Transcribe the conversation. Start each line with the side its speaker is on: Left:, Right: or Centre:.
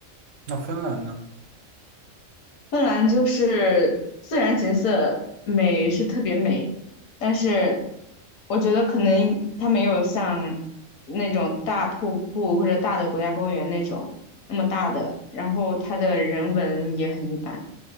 Right: 那芬兰呢？
Left: 芬兰就是自然景色美是特别美，但是我觉得可能它没有像那种大瀑布或者大的国家公园那种那么大的，然后它的人文也很一般，